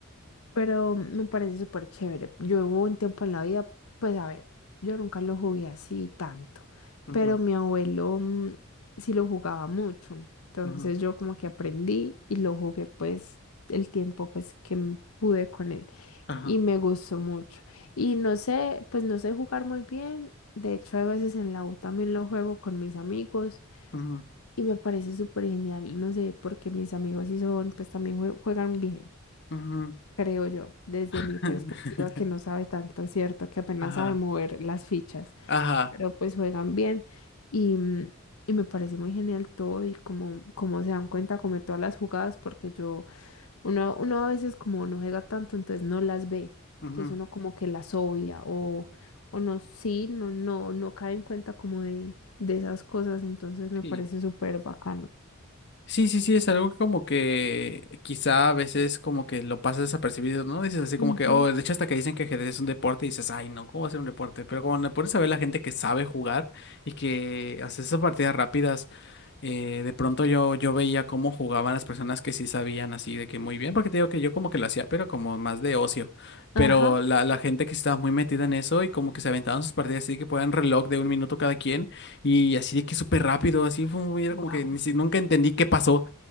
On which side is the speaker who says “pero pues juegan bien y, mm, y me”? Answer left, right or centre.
Left